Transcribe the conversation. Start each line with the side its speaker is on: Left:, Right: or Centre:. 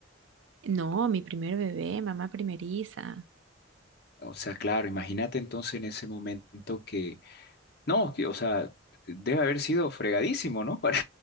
Right: No, mi primer bebé, mamá primeriza.
Left: O sea, claro, imagínate entonces en ese momento No, que, o sea, debe haber sido fregadísimo, ¿no? <laughs> Para,